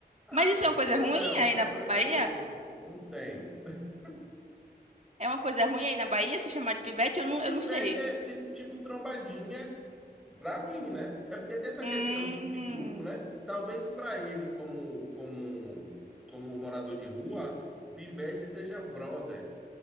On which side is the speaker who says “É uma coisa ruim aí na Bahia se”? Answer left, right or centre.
Right